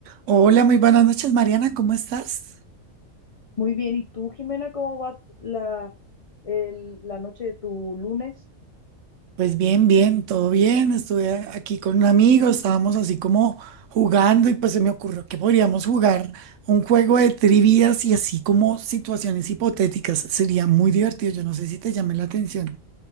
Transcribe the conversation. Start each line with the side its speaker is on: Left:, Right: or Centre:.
Right: Hola, muy buenas noches, Mariana, ¿cómo estás?
Left: Muy bien, ¿y tú, Jimena, cómo va la, el- la noche de tu lunes?
Right: Pues bien, bien, todo bien. Estuve a- aquí con un amigo, estábamos así como jugando y pues se me ocurrió que podríamos jugar un juego de trivias y así como situaciones hipotéticas. Sería muy divertido, yo no sé si te llame la atención.